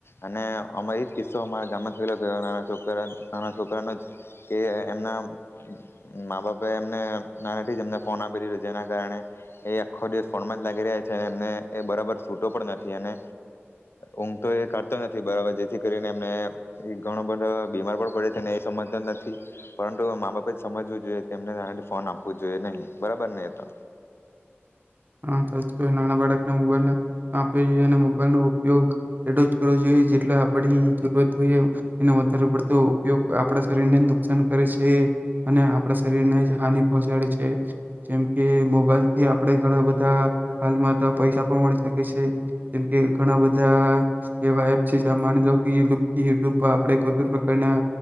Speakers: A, on the left; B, on the right.
A: અને અમા એ જ કિસ્સો અમારા ગામમાં થયલો નાના છોકરા નાના છોકરાનો જ કે એમના મા બાપા એમને નાનાથી જ એમને ફોન આપી દીધો જેના કારણે એ આખો દિવસ ફોન માં જ લાગી રહ્યા છે અને એમને એ બરાબર છૂટો પણ નથી અને ઊંઘતો એ કરતો નથી બરાબર જેથી કરીને એમને એ ઘણો બધો બીમાર પણ પડે છે અનેને એ સમજતો નથી પરંતુ મા બાપે જ સમજવું જોઈએ કે એમને નાનાથી ફોન આપ આપું જોઈએ નહી બરાબર ને એ તો.
B: આમ થવું જોઈએ નાના બાળકને મોબાઈલ આપ જોઈએ અને મોબાઈલ નો ઉપયોગ એટલો જ કરવો જોઈએ જેટલા આપડી જરૂરત હોઈએ એનો વધારે પડતો ઉપયોગ આપણા શરીરને જ નુકસાન કરે છે અને આપણા શરીરને જ હાનિ પહોંચાડે છે જેમ કે મોબાઈલથી આપણે ઘણા બધા હાલમાં તો પૈસા પણ મળી શકે છે જેમકે ઘણા બધા એવા એપ છે જે માની લો કે યુટ્યુબથી યુટ્યુબ પર આપણેે કોઈ પણ પ્રકારના